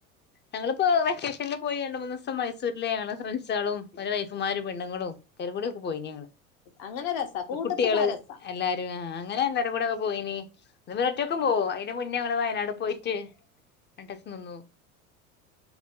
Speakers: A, on the left; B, on the left.
A: ഞങ്ങളിപ്പോ വെക്കേഷനിൽ പോയി രണ്ട് മൂന്ന് ദിവസം മൈസൂരിലേണ് ഞങ്ങള് ഫ്രണ്ട്സാളും ഓരെ വൈഫുമാരും പെണ്ണുങ്ങളും തരി കൂടി ഒക്കെ പോയിന് ഞങ്ങള്
B: അങ്ങനെ രസാ കൂട്ടത്ത്
A: കുട്ടികള്
B: പോവാൻ രസാ
A: എല്ലാരും ആ അങ്ങനെ എല്ലാരും കൂടെക്കെ പോയിനി പിന്നിവരൊറ്റക്കും
B: ഉം
A: പോവും അയ്ന് മു ന്നെ ഞങ്ങള് വയനാട് പോയിട്ട് രണ്ടീസം നിന്നു